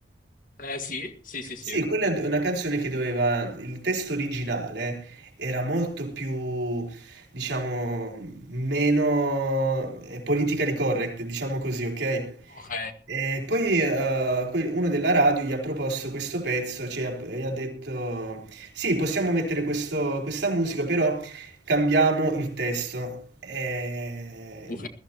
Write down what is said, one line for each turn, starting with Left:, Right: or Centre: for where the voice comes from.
Left: Eh sì, sì, sì, sì.
Right: Sì, quella è una canzone che doveva, il testo originale era molto più, diciamo, meno eh, politically correct, diciamo così, ok?
Left: Ok,
Right: E poi eh, que- uno della radio gli ha proposto questo pezzo, cioè ha- gli ha detto, sì, possiamo mettere questo- questa musica, però cambiamo il testo. E,
Left: ok.